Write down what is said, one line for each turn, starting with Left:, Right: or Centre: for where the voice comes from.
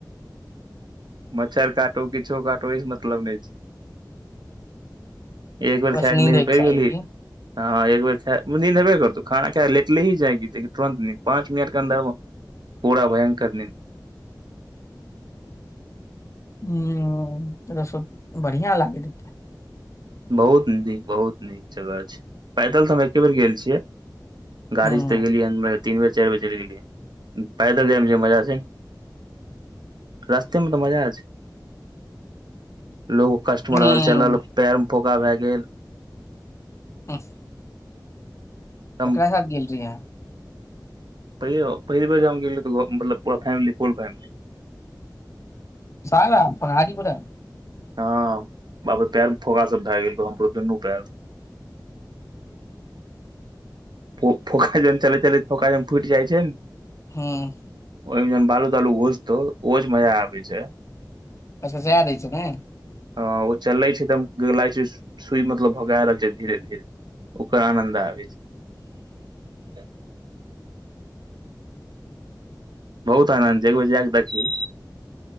Right: मच्छर काटौ किछो काटौ ओहिस मतलब नहि छै एक बेर
Left: बस
Right: खाकऽ नींद
Left: होयके
Right: पैड़
Left: चाही
Right: गेलहिं
Left: की हूँ
Right: हाँ एक बेर खाय उ निंद एबै करतौ खाना खाय कऽ लेटलिहीं जाँकि तुरन्त नींद पाँच मिनटके अन्दरमे पूरा भयंकर नींद
Left: हूँ रसो बढ़ियाँ लागै हेतैय
Right: बहुत नीक बहुत नीक जगह छै पैदल तऽ हम एकेबेर गेल छियै गाड़ीसे
Left: हूँ
Right: तऽ गेलियै मने तीन बेर चारि बेर चलि गेलियै पैदल जायमे जे मजा छै रस्तेमे तऽ मजा छै लो- कष्टमे
Left: हूँ
Right: रहल चलल पैरमे फौका भए गेल
Left: हूँ
Right: हम
Left: ककरा साथ गेल रहियै अहाँ
Right: पहिले ओ पहिल बेर जे हम गेलियै मतलब पूरा फैमिली फूल फैमिली
Left: <unintelligible>
Right: हाँ बाप रे पैरमे फोँका सब भए गेल रहौ हमरो दुन्नू पैर फो- फोंका जहन चलै चलैत फोंका जहन फुटि जाइ छै न
Left: हूँ
Right: ओइमे जहन बालू तालू घूसतौ ओ जे मजा आबै छै
Left: कस कसा दै छै ने
Right: हाँ ओ चलले छै एकदम जना लागै छै सुइ मतलब भोंका रहल छै धीरे धीरे ओकरा आनन्द आबै छै <inaudible> बहुत आनन्द छे एक बेर जाकऽ देखीहीं